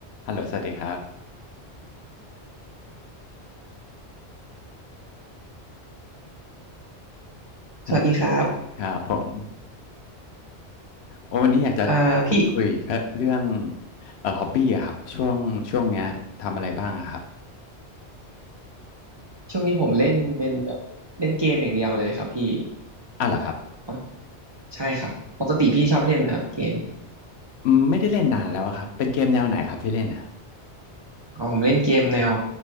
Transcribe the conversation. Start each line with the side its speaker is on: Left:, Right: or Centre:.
Left: ฮัลโหลสวัสดีครับ
Right: สวัสดีครับ
Left: ฮัลโหลครับผมโอ้วันนี้อยากจะพูดคุย
Right: อ่าพี่
Left: เรื่องเอ่อฮอบบี้อะครับช่วงช่วงเนี้ยทำอะไรบ้างอะครับ
Right: ช่วงนี้ผมเล่นเป็นแบบเล่นเกมอย่างเดียวเลยครับพี่
Left: อ้าวเหรอครับ
Right: อ๋อใช่ครับปกติพี่ชอบเล่นนะครับเกม
Left: อืมไม่ได้เล่นนานแล้วอะครับ เป็นเกมแนวไหนครับที่เล่นอ่ะ
Right: อ๋อผมเล่นเกมแนว